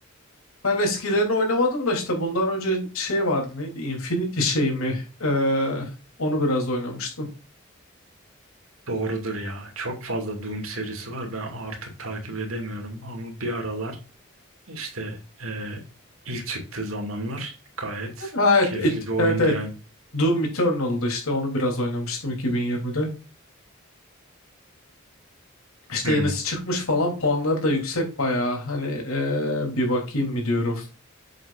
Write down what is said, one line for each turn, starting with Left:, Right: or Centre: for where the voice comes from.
Left: Ben eskilerini oynamadım da işte bundan önce şey vardı neydi? Infinity şey mi? Ee, onu biraz oynamıştım.
Right: Doğrudur ya. Çok fazla Doom serisi var. Ben artık takip edemiyorum ama bir aralar işte e, ilk çıktığı zamanlar gayet
Left: Ha, evet,
Right: keyifli
Left: et-
Right: bir oyundu
Left: evet, evet.
Right: yani.
Left: Doom Eternal'dı işte onu biraz oynamıştım 2020'de. İşte
Right: Hmm.
Left: yenisi çıkmış falan puanları da yüksek bayağı. Hani ee, bir bakayım mı diyorum.